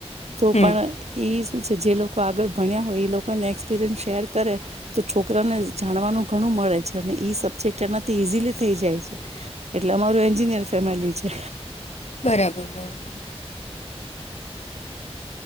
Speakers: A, on the right (about 80°); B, on the left (about 85°).
A: તો
B: હમ
A: પણ ઈ. જે જે લોકો આગળ ભણ્યા હોય એ લોકોને એક્સપિરિયન્સ શેર કરે તો છોકરાને જાણવાનું ઘણું મળે છે અને એ સબ્જેક્ટ એનાથી ઇઝીલી થઈ જાય છે એટલે અમારું એન્જિનિયર ફેમિલી છે.
B: બરાબર બરાબર.